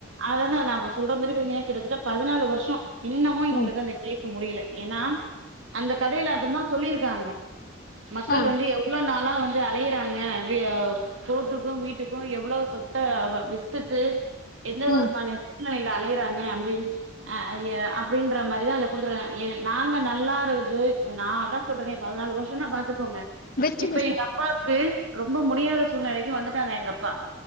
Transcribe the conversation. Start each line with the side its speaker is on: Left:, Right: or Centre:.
Right: அததா நா இப்ப சொல்ற மாரி பாத்தீங்கன்னா கிட்டத்தட்ட பதினாலு வருஷோ இன்னமு எங்களுக்கு
Left: ம்
Right: அந்த கேஸ் முடியல ஏன்னா அந்த கதையில அத தா சொல்லியிருக்காங்க மக்கள்
Left: ஆ
Right: வந்து எவ் இவ்ளோ நாளா வந்து அலையறாங்க கோர்ட்டுக்கு வீட்டுக்கு எவ்ளோ சொத்த அவ வித்துட்டு எந்த
Left: ம்
Right: ஒரு மனி சூழ்நலையில அலையறாங்க அப்டின்னுச்சிக் ஆ அது அப்டின்ற மாதிரி அந்த குடுத்துருக்கா எ நாங்க நல்லா இருந்து நா அதா சொல்றனே பதினாலு வருஷோனா பாத்துக்கோங்க
Left: வெச்சுடு
Right: இப்ப
Left: சா
Right: எங்க அப்பாக்கு ரொம்ப முடியாத சூழ்நலைக்கு வந்துட்டாங்க எங்க அப்பா